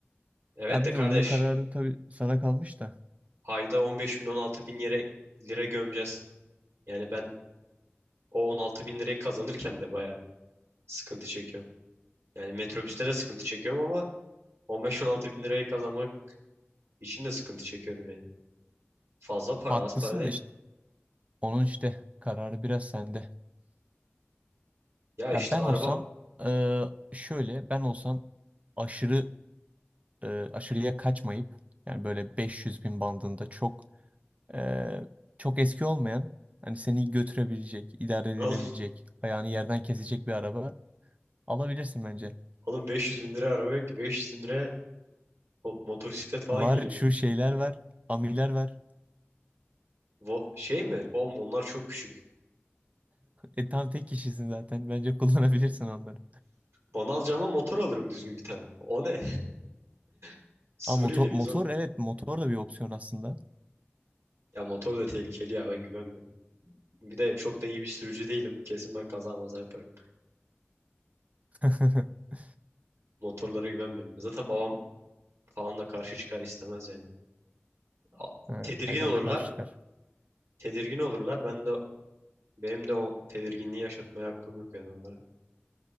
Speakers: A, on the right (about 85°); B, on the right (about 30°).
A: Evet
B: Ya
A: de
B: bilmiyorum
A: kardeş
B: bunun kararı tabii sana kalmış da.
A: ayda 15 bin 16 bin yere lira gömeceğiz. Yani ben O 16 bin lirayı kazanırken de baya sıkıntı çekiyorum. Yani metrobüste de sıkıntı çekiyorum ama on beş on altı bin lirayı kazanmak için de sıkıntı çekiyorum yani. Fazla para
B: Haklısın
A: az para değil.
B: da işte onun işte kararı biraz sende.
A: Ya işte
B: Ya ben
A: araba
B: olsam eee, şöyle ben olsam aşırı e, aşırıya kaçmayıp yani böyle 500 bin bandında çok e, çok eski olmayan hani seni götürebilecek, idare edilebilecek,
A: <laughs> alın,
B: ayağını yerden kesecek bir araba alabilirsin bence.
A: alın beş yüz bin liraya araba yok ki 500 bin liraya o motosiklet falan
B: Var
A: geliyor.
B: şu şeyler var, amiler var.
A: Bu şey mi? Oğlum onlar çok küçük.
B: E tam tek kişisin zaten. Bence kullanabilirsin onları.
A: Onu alacağıma motor alırım düzgün bir tane. O ne? <laughs> Suriyeli
B: Ama motor,
A: miyiz
B: motor
A: oğlum?
B: evet motor da bir opsiyon aslında.
A: Ya motor da tehlikeli ya ben güvenmiyorum. Bir de çok da iyi bir sürücü değilim. Kesin ben kaza maza yaparım.
B: <laughs>
A: Motorlara güvenmiyorum. Zaten babam falan da karşı çıkar istemez yani. A-
B: Ha,
A: Tedirgin
B: Aynen
A: olurlar.
B: de karşı çıkar.
A: Tedirgin olurlar. Ben de benim de o tedirginliği yaşatmaya hakkım yok yani onlara.